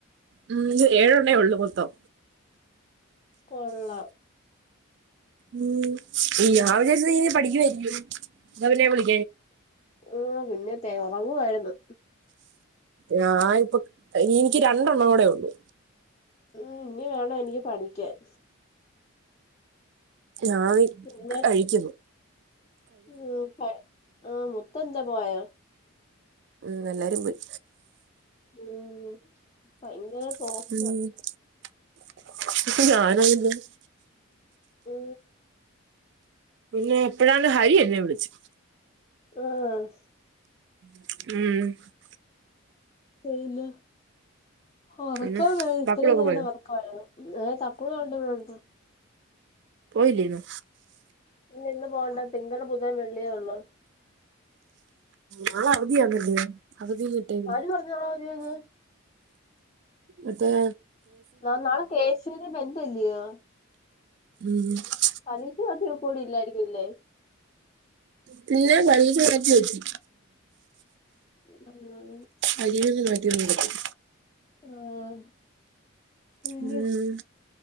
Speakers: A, on the right; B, on the left.
A: ഉം ഇത് ഏഴെണ്ണമേ യുള്ളൂ. മൊത്തം.
B: കൊള്ളാം
A: ഉം രാവിലെയിരുന്നു കഴിഞ്ഞാൽ പഠിക്കുമായിരിക്കും. എന്നാലെന്നെ വിളി
B: ആഹ് പിന്നെ തയ്യാറാകുവായിരുന്നു.
A: ഞാനിപ്പൊ എനിക്കു രണ്ടെണ്ണംകൂടെയേ യുള്ളു
B: ഉം ഇനിവേണമെനിക്കുപഠിക്കാൻ
A: ഞാ <unintelligible> വി
B: പിന്നെ
A: കഴിക്ക് <unintelligible> പോ
B: ഉം ആ മുത്തു ന്താ പോയോ?
A: ഉം എല്ലാരും പോയി.
B: ഉം ഭയങ്കര. പോക്കാ
A: ഉം
B: ഓ
A: പിന്നെ പ്പഴാണ് ഹരി എന്നെ വിളിച്ച്
B: ആഹ.
A: ഉം.
B: പിന്നെ ഉറക്കം
A: പിന്നെ
B: വേ ഇത്രേം
A: ബക്കളൊക്കെ
B: നേരം
A: പോയോ
B: ഉറക് ഏഹ് തക്കുടു അവടെ ബടെ ണ്ട് <unintelligible>
A: പോയില്ലെന്നു.
B: ന് ഇന്ന് പോണ്ട തിങ്കൾ ബുധൻ വെള്ളി യേ ഉള്ളൂ.
A: നാളെ അവധിയാന്നല്ലേ അവധി കിട്ടേനി.
B: ആര് പറഞ്ഞു നാളെ അവധിയാന്ന്
A: അതെ
B: ന നാളെ കെ എസ് യു ടെ ബന്ദ് അല്ലെയോ?
A: ഉം.
B: കദീസു ആ <unintelligible> ഗ്രൂപ്പോളിൽ ഇല്ലായിരിക്കുംല്ലേ? <unintelligible>
A: പിന്നെ പരീക്ഷ മാറ്റി വെച്ച്.
B: മ്
A: അരിയന്ന് നാട്ടിന്ന് കൊടുക്കും.
B: ആഹ പിന്നെ
A: ഉം